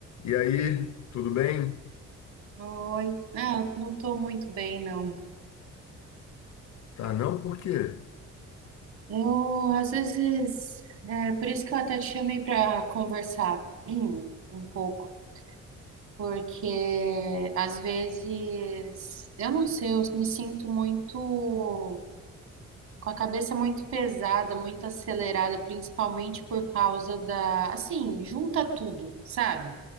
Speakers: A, on the left; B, on the right.
A: E aí, tudo bem?
B: Oi. não, eu não tô muito bem, não.
A: Tá, não? Por quê?
B: Eu, às vezes, é por isso que eu até te chamei para conversar <clears throat> um pouco, porque às vezes, eu não sei, eu me sinto muito, com a cabeça muito pesada, muito acelerada, principalmente por causa da, assim, junta tudo, sabe?